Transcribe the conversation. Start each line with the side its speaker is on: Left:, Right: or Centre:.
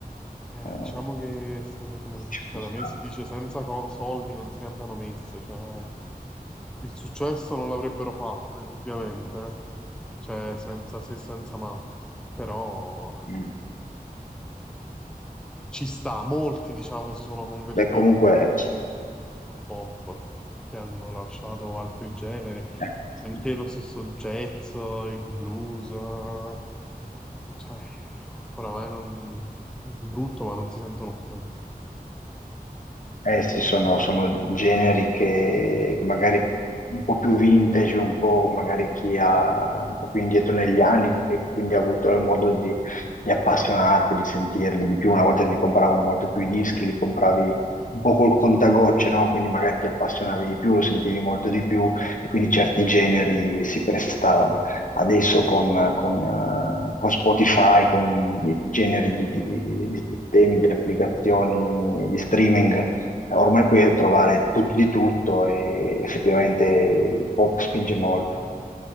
Centre: Eh,
Left: eh,
Centre: diciamo che s- come-
Left: ci
Centre: cioè,
Left: può
Centre: da
Left: stare.
Centre: me si dice senza co- soldi non si cantano messe, cioè il successo non l'avrebbero fatto, indubbiamente, eh. cioè senza se e senza ma, però
Left: Mm.
Centre: ci sta, molti diciamo si sono convertiti
Left: Beh, comunque,
Centre: più. al pop, che hanno lasciato altri generi,
Left: eh,
Centre: anche lo stesso jazz, il blues, eh, cioè, oramai non... brutto, ma non si sentono più.
Left: Eh sì, sono, sono generi che, che magari un po' più vintage, un po' magari chi ha un po' più indietro negli anni, che quindi ha avuto il modo di, di appassionarsi, di sentirli di più. Una volta si compravano molto più i dischi, li compravi un po' col contagocce, no? Quindi magari ti appassionavi di più, lo sentivi molto di più e quindi certi generi si prestavano. Adesso con, con, eh, con Spotify, con i generi di, di di- di- di sistemi, di applicazioni, di streaming eh, ormai puoi trovare tutto di tutto e effettivamente il pop spinge molto.